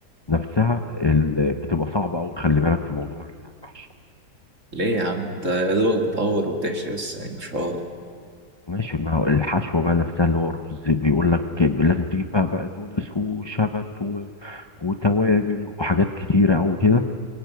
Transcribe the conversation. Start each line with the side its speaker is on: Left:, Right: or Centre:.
Left: نفسها ال- بتبقى صعبه او خلي بالك في موضوع المحشي
Right: ليه يا عم انت يا دوبك بتقور وبتحشي بس يعني مش حوار
Left: ماشي ما هو الحشوه بقى نفسها اللي هو الرز بيقول لك لازم تجيب بقى بقدونس وشبت و... وتوابل وحاجات كتيره قوي كده